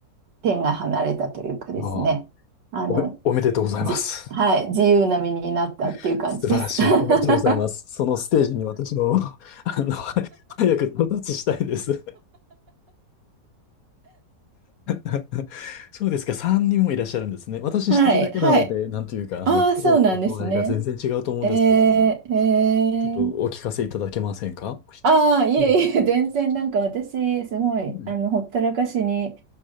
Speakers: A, on the right; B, on the left.
A: 手が離れたというかですね、
B: ああ、
A: あの、
B: おめ、おめでとうございます。
A: じ、はい、自由な身になったっていう感じです。
B: <laughs> 素晴らしい。
A: <laughs>
B: おめでとうございます。そのステージに私の、<laughs> あの、早く到達したいです。<laughs> そうですか。3人もいらっしゃるんですね。私一人だけなので、
A: はい。はい。
B: なんというか、あの、
A: ああ、
B: 苦労の度合いが全然違うと思うんですけれども、
A: そうなんですね。えー、えー。
B: ちょっとお聞かせいただけませんか
A: ああ、いえいえ、
B: ええ
A: 全然なんか私、すごい、
B: うん、
A: あの、ほったらかしに